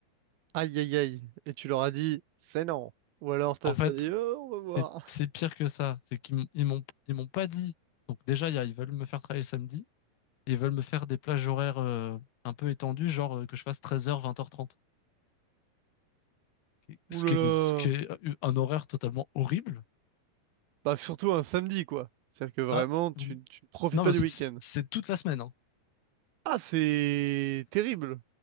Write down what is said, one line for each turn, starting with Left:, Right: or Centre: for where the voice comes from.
Right: Aïe aïe aïe. Et tu leur as dit c'est non. Ou alors t'as
Left: En fait,
Right: dit oh, on va
Left: c'est
Right: voir.
Left: c'est pire que ça. C'est qu'ils m- ils m'ont ils m'ont pas dit. Donc déjà, il y a- ils veulent me faire travailler le samedi. et Ils veulent me faire des plages horaires euh, un peu étendues, genre euh, que je fasse 13h, 20h30. Ce
Right: Ouh là
Left: qui est,
Right: là.
Left: des- ce qui est euh, un horaire totalement horrible.
Right: Bah surtout un samedi quoi. C'est-à-dire que vraiment,
Left: Bah,
Right: tu,
Left: vous-
Right: tu ne profites
Left: non,
Right: pas
Left: mais
Right: du
Left: c'est
Right: week-end.
Left: c'est- c'est toute la semaine. hein.
Right: Ah, c'est terrible.